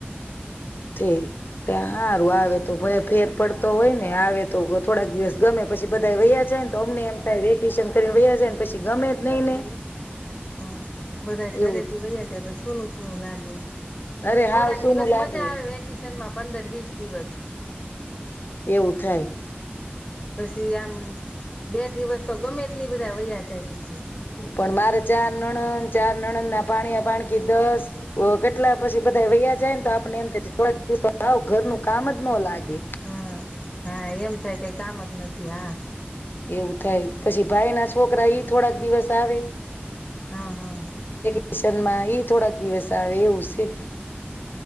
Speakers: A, on the left; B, on the left.
A: તોય. તી આ હારું આવે તો ભય ફેર પડ તો હોય ને આવે તો થોડાક દિવસ ગમે પછી બધા વયા જાય ને તો અમનેય એમ થાય વેકેશન કરીને વયા જાય ને પછી ગમે જ નહી ને
B: હમ બધા ઘરે
A: એવું
B: થી વયા જાય પછી સૂનું સૂનું લાગે.
A: અરે
B: થોડાક
A: હાવ સૂનું
B: દિવસ
A: લાગે
B: મજા આવે વેકેશન માં પંદર વિસ દિવસ
A: એવું થાય.
B: પસી આમ બે દિવસ તો ગમે જ ની બધા વયા જાય પછી
A: પણ મારે ચાર નણંદ ચાર નણંદ ના ભાણીયા ભાણકી દસ કેટલા પછી બધા વયા જાય ને તો આપણે એમ થાય કે થોડાક દિવસ હાવ ઘરનું કામ જ ન લાગે. <unintelligible>
B: હા હા એમ થાય કઈ કામ જ નથી હા
A: એવું થાય પછી ભાઈ ના છોકરા ઈ થોડાક દિવસ આવે
B: હા, હા.
A: કેશનમાં ઈ થોડાક દિવસ આવે એવું છે.